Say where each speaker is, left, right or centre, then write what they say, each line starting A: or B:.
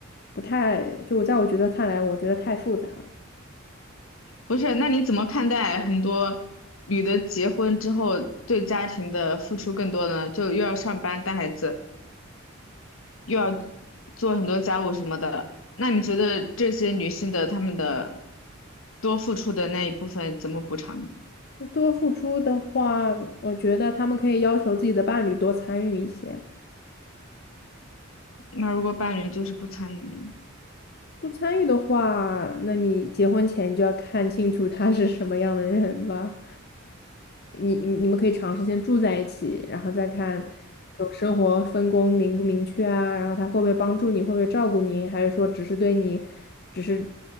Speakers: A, on the left; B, on the left.
A: 不太，就我在我觉得看来，我觉得太复杂了。
B: 不是，那你怎么看待很多女的结婚之后对家庭的付出更多呢？就又要上班带孩子，又要做很多家务什么的。那你觉得这些女性的她们的多付出的那一部分怎么补偿呢？
A: 多付出的话，我觉得他们可以要求自己的伴侣多参与一些。
B: 那如果伴侣就是不参与呢？
A: 不参与的话，那你结婚前就要看清楚他是什么样的人吧。你你你们可以尝试先住在一起，然后再看这种生活分工明不明确啊，然后他会不会帮助你，会不会照顾你，还是说只是对你，只是